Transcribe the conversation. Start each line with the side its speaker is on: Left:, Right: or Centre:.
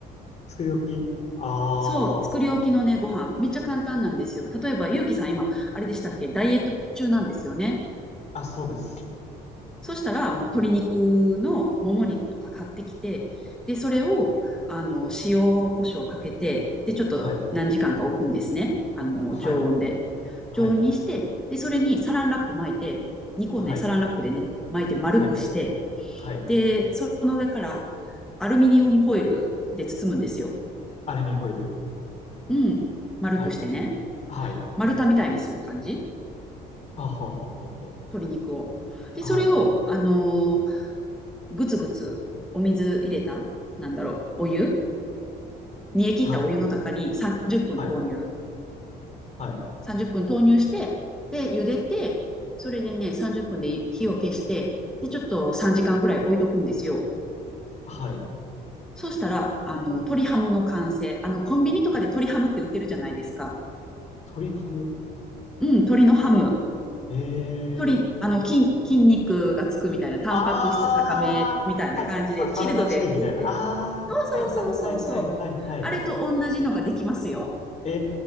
Left: 作り置き。あ
Centre: そう、作り置きのね、ご飯、めっちゃ簡単なんですよ。例えば、ゆうきさん今、あれでしたっけダイエット中なんですよね。
Left: あ。あ、そうです。
Centre: そしたら、もう鶏肉のもも肉とか買ってきて、で、それを、あの、塩、胡椒をかけて、で、ちょっと何時間か置くんですね。
Left: はい。
Centre: あの、
Left: はい。
Centre: 常温で。
Left: はい。
Centre: 常温にして、で、それにサランラップ巻いて、2個ね、
Left: はい。
Centre: サランラップでね、巻いて丸くして、
Left: はい。はい。
Centre: で、その上からアルミニウムホイルで包むんですよ。
Left: アルミホイル。
Centre: うん。丸くしてね。
Left: はい。はい。
Centre: 丸太みたいにする感じ。
Left: あ、ほうほうほうほう。
Centre: 鶏肉を。で、
Left: はい。
Centre: それを、あのーぐつぐつお水入れた、なんだろう、お湯、煮え切ったお湯の中に30分投入。
Left: はい、はい、はい、
Centre: 30分投入して、で、茹でて、それでね、30分で火を消して、で、ちょっと3時間ぐらい置いとくんですよ。
Left: はい。
Centre: そうしたら、あの、鶏ハムの完成。あの、コンビニとかで鶏ハムって売ってるじゃないですか。
Left: 鶏ハム。
Centre: うん、鶏のハム。
Left: ええー
Centre: 鶏、あの、筋、筋肉がつくみたいな、タンパク質高めみたいな感じで、
Left: ああはい、さ、サラダチキンみたいな。
Centre: チルドで売ってる。
Left: ああ、
Centre: そうそうそうそうそう。
Left: はい、はい、はい、はい、はい、はい。
Centre: あれと同じのができますよ。
Left: え